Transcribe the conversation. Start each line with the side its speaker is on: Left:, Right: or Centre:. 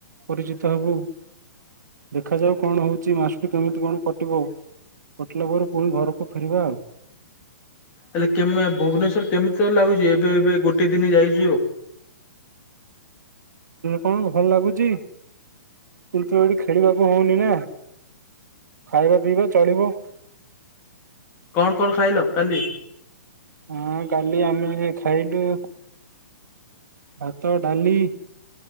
Right: ପରିଚିତ ହବୁ ଦେଖାଯାଉ। କଣ ହଉଛି ମାସଟି କେମିତି କଣ କଟିବ କଟିଲା ପରେ ପୁଣି ଘରକୁ ଫେରିବା ଆଉ।
Left: ହେଲେ କେ ଭୁବନେଶ୍ଵର କେମିତି ତ ଲାଗୁଚି ଏବେ ଏବେ ଗୋଟେ ଦିନ ଯାଇଚୁ ଆଉ।
Right: କଣ ଭଲ ଲାଗୁଚି। କିନ୍ତୁ ଏଇଠି ଖେଳିବାକୁ ହଉନି ନା ଖାଇବା ପିଇବା ଚଳିବ।
Left: କଣ କଣ ଖାଇଲ କାଲି।
Right: ହଁ କାଲି ଆମେ ଖାଇଲୁ। ଭାତ ଡାଲି